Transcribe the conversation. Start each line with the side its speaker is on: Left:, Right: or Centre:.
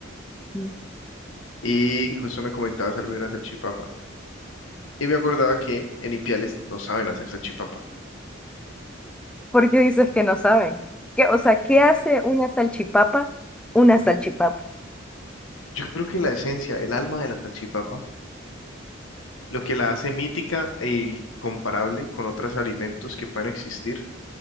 Centre: Mm.
Left: Y justo me comentabas algo de una salchipapa. Y me acordaba que en Ipiales no saben hacer salchipapa.
Centre: ¿Por qué dices que no saben? ¿Qué, o sea, ¿qué hace una salchipapa? Una salchipapa.
Left: Yo creo que la esencia, el alma de la salchipapa lo que la hace mítica e comparable con otros alimentos que puedan existir,